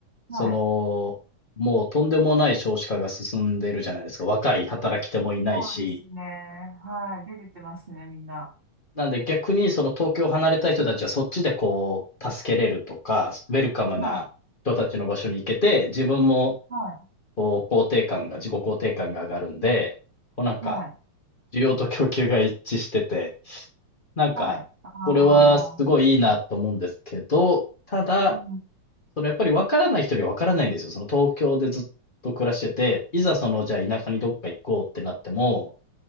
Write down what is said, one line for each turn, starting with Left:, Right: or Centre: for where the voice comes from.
Left: その、
Right: い。はい。
Left: もうとんでもない少子化が進んでるじゃないですか。若い働き手もいないし。
Right: そうですね。はい。出ててますね、みんな。
Left: なんで逆にその東京を離れたい人たちはそっちでこう、助けれるとか、ウェルカムな人たちの場所に行けて、
Right: は
Left: 自分も
Right: い。はい。
Left: こう、肯定感が、自己肯定感が上がるんで、こうなんか、
Right: はい。
Left: 需要と供給が一致してて、なんか、
Right: はい。あ
Left: それはすごいいいなと思うんですけど、
Right: あ。うん。
Left: ただ、
Right: うん。
Left: そのやっぱり分からない人には分からないんですよ。その東京でずっと暮らしてて、いざそのじゃあ田舎にどっか行こうってなっても、
Right: うん。